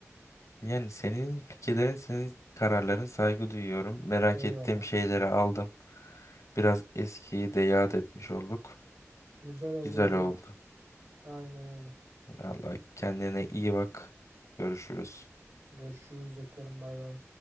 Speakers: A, on the left; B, on the right.
A: Yani senin fikirlerin, senin kararların saygı duyuyorum. Merak
B: Eyvallah.
A: ettiğim şeyleri aldım. Biraz eskiyi de yad etmiş olduk.
B: Güzel oldu
A: Güzel
B: güzel.
A: oldu.
B: Aynen öyle.
A: Vallahi kendine iyi bak. Görüşürüz.
B: Görüşürüz öpüyorum bay bay.